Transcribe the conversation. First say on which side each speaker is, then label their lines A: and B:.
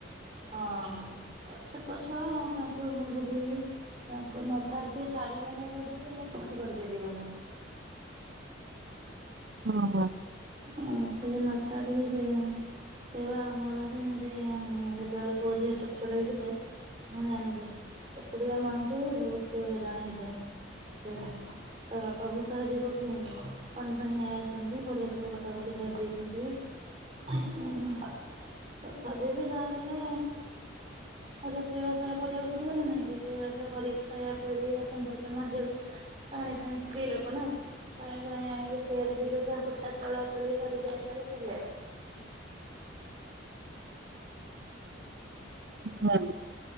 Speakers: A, on the right; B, on the right.
A: ହଁ, ଛୋଟ ଛୁଆ ଆଉ ତାଙ୍କୁ ବୁଝେଇକି ତାଙ୍କୁ ନ ଛାଡି ସିଏ ଛାଡିବେନି ଯଦି ତୁମେ କିଛି କରିପାରିବନି।
B: ହଁ ବା।
A: ହଁ ସେ ଯଦି ନ ଛାଡ଼ିବେ ସେୟା ସେଇ ବା ଆମର ସେମିତି ଯେତେବେଳେ ପୁଅ ଝିଅ ଛୋଟ ଛୋଟ ହେଇଥିଲେ ମୁଁ ଜାଣିଛି ଏପୁଡିଆ ମଣିଷକୁ ବହୁତ ହଇରାଣ ହେଇଜାଏ। ତା ବାପା ବହୁତ୍ ସାହାଯ୍ୟ କରିଦିଅନ୍ତି ପାଣି ଫାଣି ନେଇ ଆସନ୍ତି ପରିବା ପତ୍ର କଟାକଟି ସାରି ଦେଇଥା ଥିବେ। ତଥାପି ବି ଯାହାହଲେ ରୋଷେଇବାସ ଟା କରିବାକୁ ପଡିବ ନା ନାଇଁ ରୋଷେଇବାସ କରିକି ଖାଇବା ପିଆ ଦେଇ ବାସନ ଫାସନ ମାଜିବ। ପାଣି ଫାଣି ସ୍ତ୍ରୀ ଲୋକ ନା ପାଣି ଫାଣି ଆଣିବ ଫେର୍ ସେ ଲୁଗା ପଟା ତୋଳା ତୁଳି କରିକି ଆଇଲା ବେଳକୁ ସେ ଲେଟ୍
B: <unintelligible>